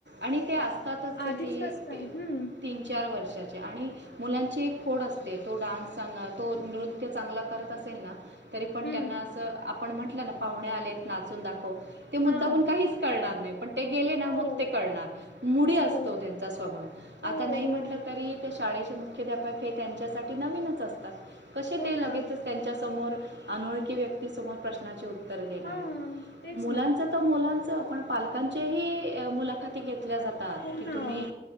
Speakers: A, on the right; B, on the left.
A: आणि ते असतातच किती
B: आधीच कसं काय? हं,
A: तीन चार वर्षाचे आणि मुलांची एक खोड असते. तो डान्स चांगला तो नृत्य चांगला करत असेल ना? तरी पण
B: हं.
A: त्यांना असं आप पण म्हटलं ना पाहुणे आलेत नाचून दाखव ते
B: हां.
A: मुद्दामुन काहीच करणार नाही. पण ते गेले ना
B: हो,
A: मग ते करणार. मुडी
B: हो,
A: असतो त्यांचा स्वभाव
B: हो,
A: आता नाही
B: हो.
A: म्हटलं तरी शाळेचे मुख्याध्यापक हे त्यांच्यासाठी नवीनच असतात. कसे
B: हो
A: ते
B: ना.
A: लगेच त्यांच्या समोर अनोळखी व्यक्तीसमोर प्रश्नाचे उत्तर देणार
B: हां,
A: आहेत
B: तेच
A: मुलांच
B: ना.
A: मुलां आपण पालकांचे ह मुलाखती घेतो घेतल्या जातात
B: हो
A: की
B: ना.
A: तुम्ही